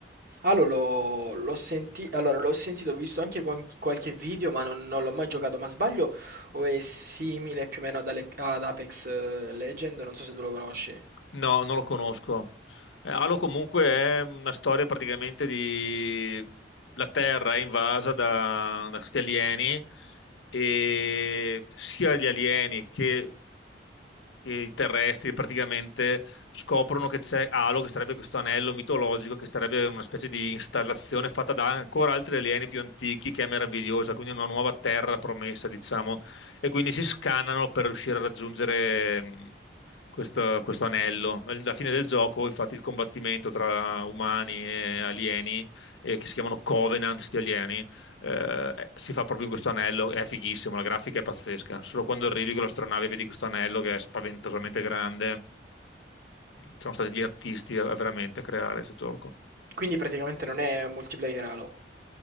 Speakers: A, on the right (about 50°); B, on the left (about 80°).
A: Allora, l'ho l'ho senti- allora, l'ho sentito, ho visto anche quan- qualche video, ma non, non l'ho mai giocato. Ma sbaglio? O è simile più o meno ad, Ale- ad Apex eh, Legend? Non so se tu lo conosci.
B: No, non lo conosco. Eh, Halo comunque è una storia praticamente di... La Terra è invasa da, da questi alieni e sia gli alieni che che i terrestri praticamente scoprono che c'è Halo, che sarebbe questo anello mitologico, che sarebbe una specie di installazione fatta da ancora altri alieni più antichi, che è meravigliosa, quindi una nuova terra promessa, diciamo, e quindi si scannano per riuscire a raggiungere mh, questo, questo anello. Alla fine del gioco, infatti, il combattimento tra umani e alieni, eh, che si chiamano Covenant, sti alieni, eh, eh, si fa proprio in questo anello, è fighissimo, la grafica è pazzesca. Solo quando arrivi con l'astronave e vedi questo anello che è spaventosamente grande. Sono stati gli artisti a- veramente a creare questo gioco.
A: Quindi praticamente non è multiplayer Halo.